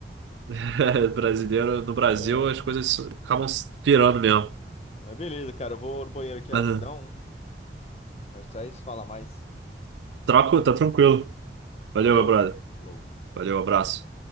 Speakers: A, on the right; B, on the left.
A: <laughs> brasileiro no Brasil,
B: <laughs>
A: as coisas acabam se virando mesmo.
B: Mas beleza, cara. Eu vou no banheiro aqui
A: Mas
B: rapidão.
A: eh,
B: Mas aí se fala mais.
A: troco, tá tranquilo. Valeu,
B: Valeu.
A: meu brother.
B: Falou.
A: Valeu, abraço.